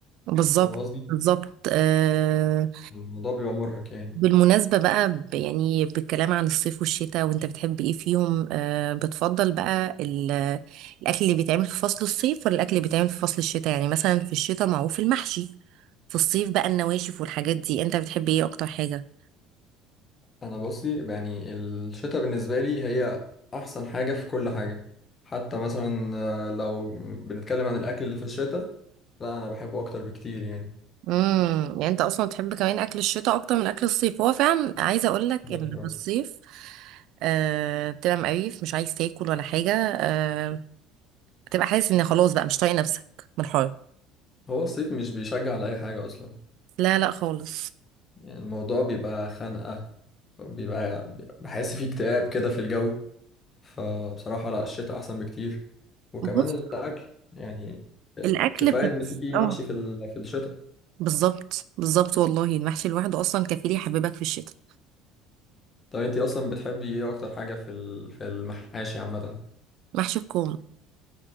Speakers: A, on the right; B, on the left.
A: بالظبط
B: فاهم قصدي
A: بالظبط آه،
B: الموضوع بيبقى مرهق يعني
A: بالمناسبة بقى ب- يعني بالكلام عن الصيف والشتاء وانت بتحب ايه فيهم آه بتفضل بقى ال- الأكل اللي بيتعمل في فصل الصيف ولا الأكل اللي بيتعمل في فصل الشتاء يعني مثلا في الشتاء معروف المحشي في الصيف بقى النواشف والحاجات دي انت بتحب ايه أكتر حاجة؟
B: انا بصي يعني الشتاء بالنسبه لي هي احسن حاجه في كل حاجه حتى مثلا آه، لو بنتكلم عن الاكل اللي في الشتاء لا انا بحبه اكتر بكتير يعني
A: امم يعني انت اصلا بتحب كمان اكل الشتاء اكتر من اكل الصيف هو فعلا عايزه اقول لك
B: بصراحة.
A: ان في الصيف آه بتبقى مقريف مش عايز تاكل ولا حاجه آه بتبقى حاسس ان خلاص بقى مش طايق نفسك من الحر
B: هو الصيف مش بيشجع على اي حاجه اصلا
A: لا لا خالص
B: يعني الموضوع بيبقى خنقه بيبقى بحس فيه اكتئاب كده في الجو فبصراحه لا الشتاء احسن بكتير وكمان
A: بص
B: الاكل يعني ال-
A: الاكل
B: كفايه
A: بس
B: ان في
A: اه
B: محشي في ال- في الشتاء
A: بالظبط بالظبط والله المحشي لوحده اصلا كفيل يحببك في الشتاء
B: طب انتي اصلا بتحبي ايه اكتر حاجه في ال- في المحاشي عامه
A: محشي الكوم